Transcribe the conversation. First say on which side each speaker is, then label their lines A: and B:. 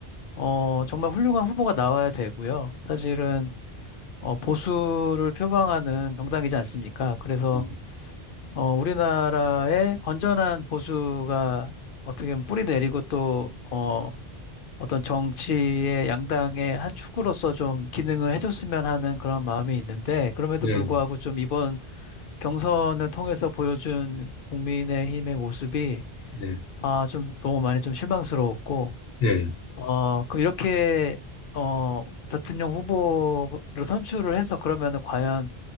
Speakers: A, on the left; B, on the left.
A: 어, 정말 훌륭한 후보가 나와야 되고요. 사실은 어, 보수를 표방하는 정당이지 않습니까? 그래서
B: 음,
A: 어, 우리나라의 건전한 보수가 어떻게 보면 뿌리 내리고 또, 어, 어떤 정치의 양당의 한 축으로서 좀 기능을 해줬으면 하는 그런 마음이 있는데, 그럼에도
B: 예,
A: 불구하고 좀 이번 경선을 통해서 보여준 국민의힘의 모습이,
B: 예,
A: 아, 좀 너무 많이 좀 실망스러웠고,
B: 예,
A: 어, 그럼 이렇게, 어, 대통령 후보를 선출을 해서 그러면은 과연